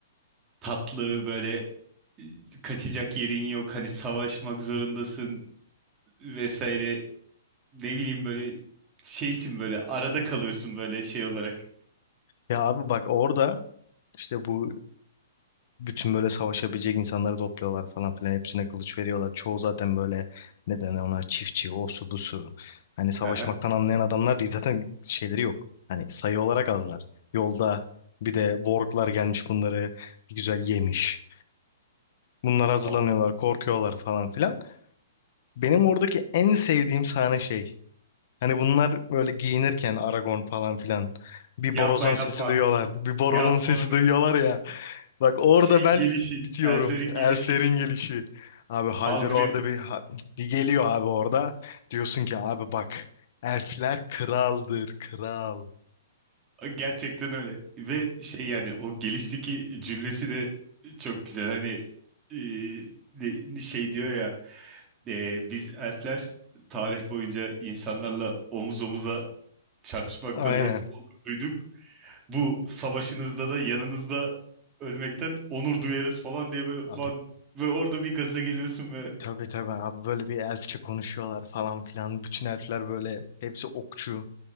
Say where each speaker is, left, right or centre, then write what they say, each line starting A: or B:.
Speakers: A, on the right (about 20°); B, on the left (about 50°).
A: tatlı böyle e, kaçacak yerin yok. Hani savaşmak zorundasın vesaire. Ne bileyim böyle şeysin böyle arada kalıyorsun böyle şey olarak.
B: Ya abi bak orada işte bu bütün böyle savaşabilecek insanları topluyorlar falan filan. Hepsine kılıç veriyorlar. Çoğu zaten böyle ne denir ona çiftçi, o su bu su. Hani savaşmaktan
A: <laughs> Aha.
B: anlayan adamlar değil <laughs> zaten şeyleri yok. Hani sayı olarak azlar. Yolda bir de warglar gelmiş bunları bir güzel yemiş. Bunlar hazırlanıyorlar,
A: O-
B: korkuyorlar falan filan. Benim oradaki en sevdiğim sahne şey. Hani bunlar böyle giyinirken Aragon falan filan bir
A: Yapma
B: borazan sesi
A: yapma.
B: duyuyorlar. Bir borazan
A: Yapma
B: sesi
A: onu.
B: duyuyorlar ya. Bak orada
A: Şeyin
B: ben
A: gelişi,
B: bitiyorum.
A: Elser'in gelişi,
B: Elflerin gelişi. Abi Haldir
A: Haldred
B: orada bir ha- bir geliyor abi orada. Diyorsun ki abi bak elfler kraldır kral.
A: gerçekten öyle. Ve şey yani o gelişteki cümlesi de çok güzel. Hani e, ne- şey diyor ya e, biz elfler tarih boyunca insanlarla omuz omuza çarpışmaktan
B: Aynen.
A: hep onur duyduk. Bu savaşınızda da yanınızda ölmekten onur duyarız falan diye böyle
B: Abi
A: falan ve orada bir gaza geliyorsun
B: tabii tabii abi böyle bir elfçe konuşuyorlar falan filan. Bütün elfler böyle hepsi okçu